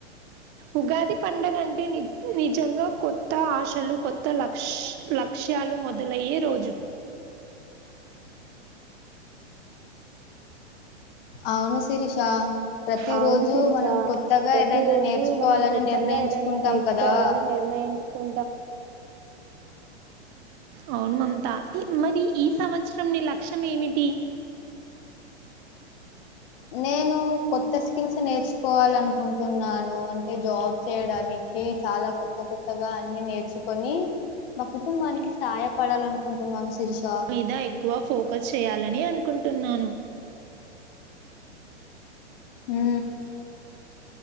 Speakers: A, on the right; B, on the left.
A: ఉగాది పండగ అంటే నే నిజంగా కొత్త ఆశలు కొత్త లక్ష లక్ష్యాలు మొదలయ్యే రోజు
B: అవును శిరీష ప్రతి
A: అవును
B: రోజు
A: శిరిష
B: మనం కొత్తగా
A: ప్రతి
B: ఏదైనా
A: రోజు
B: నేర్చుకోవాలని
A: మనం కొత్తగా
B: నిర్ణయించుకుంటాం
A: ఏదైనా నేర్చుకోవాలని
B: కదా.
A: నిర్ణయిం యూ అవును మమంతా మరి ఈ సంవత్సరం నీ లక్ష్యం ఏమిటి
B: నేను కొత్త స్కిల్స్ నేర్చుకోవాల అనుకుంటున్నాను అంటే జాబ్ చేయడానికి చాలా కొత్త కొత్తగా అన్ని నేర్చుకొని మా కుటుంబానికి సాయపడాలనుకుంటున్నాను శిరీష.
A: మీద ఎక్కువ ఫోకస్ చేయాలని అనుకుంటున్నాను
B: యూ